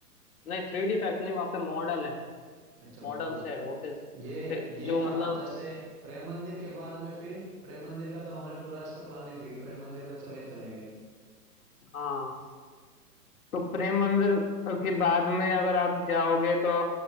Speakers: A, on the left; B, in the centre.
A: नहीं थ्री डी इफेक्ट नहीं वहाँ पे मॉडल है
B: अच्छा
A: मॉडल
B: मॉडल
A: से है वो फिर
B: ये
A: फिर
B: ये
A: जो मतलब
B: था जैसे प्रेम मंदिर के बाद में फिर प्रेम मंदिर का तो हमने पूरा इसका प्लानिंग थी कि प्रेम मंदिर में चले चलेंगे
A: हाँ तो प्रेम मंदिर के बाद में अगर आप जाओगे तो